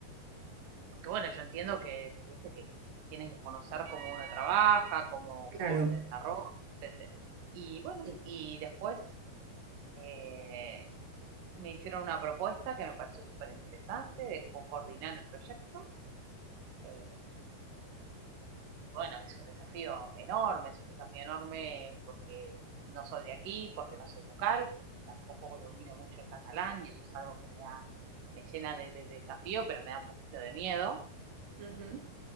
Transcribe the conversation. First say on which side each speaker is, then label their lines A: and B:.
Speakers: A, on the right; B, on the right.
A: porque bueno, yo entiendo que, que, viste, que, que tienen que conocer cómo uno trabaja, cómo,
B: claro.
A: cómo se desarrolla, etcétera. Y bueno,
B: Sí.
A: y después eh, me hicieron una propuesta que me pareció súper interesante de coordinar el proyecto. eh, y bueno, es un desafío enorme, es un desafío enorme porque no soy de aquí, porque no soy local, porque tampoco domino mucho el catalán y eso es algo que me da, me llena de, de de desafío, pero me da un poquito de miedo.
B: Ujú.